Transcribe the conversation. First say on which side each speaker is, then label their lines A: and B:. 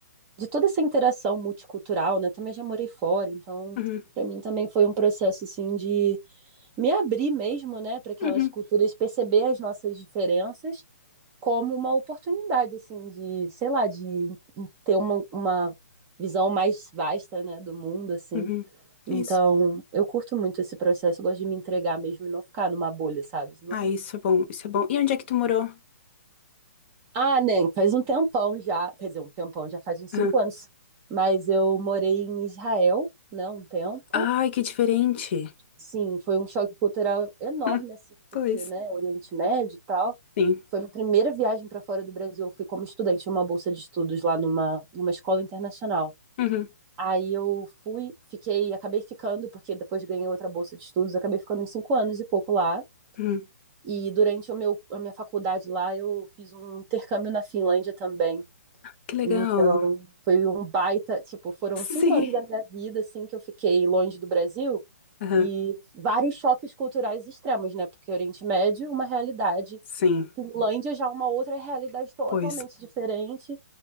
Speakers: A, on the right (about 25°); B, on the left (about 45°).
A: de toda essa interação multicultural, né? Também já morei fora, então
B: Uhum,
A: para mim também foi um processo assim de me abrir mesmo, né, para aquelas
B: uhum,
A: culturas, perceber as nossas diferenças como uma oportunidade assim de, sei lá, de ter uma, uma visão mais vasta, né, do mundo assim.
B: uhum.
A: Então,
B: Isso.
A: eu curto muito esse processo, eu gosto de me entregar mesmo e não ficar numa bolha, sabe? Não,
B: Ah, isso é bom, isso é bom. E onde é que tu morou?
A: Ah, nem, faz um tempão já, quer dizer, um tempão, já faz uns cinco
B: Aham.
A: anos. Mas eu morei em Israel, né, um tempo.
B: Ai, que diferente. <laughs>
A: Sim, foi um choque cultural enorme,
B: Hum,
A: assim,
B: Pois.
A: porque, né, Oriente Médio e tal.
B: Sim.
A: Foi minha primeira viagem para fora do Brasil. Eu fui como estudante, tinha uma bolsa de estudos lá numa, numa escola internacional.
B: Uhum,
A: Aí eu fui, fiquei, acabei ficando, porque depois ganhei outra bolsa de estudos, acabei ficando uns cinco anos e pouco lá.
B: uhum.
A: E durante o meu, a minha faculdade lá, eu fiz um intercâmbio na Finlândia também.
B: Que legal.
A: Então, foi um baita, tipo, foram
B: Sim.
A: cinco anos da minha vida, assim, que eu fiquei longe do Brasil
B: Aham.
A: e vários choques culturais extremos, né? Porque Oriente Médio, uma realidade,
B: Sim.
A: Finlândia já é uma outra realidade totalmente
B: Pois.
A: diferente.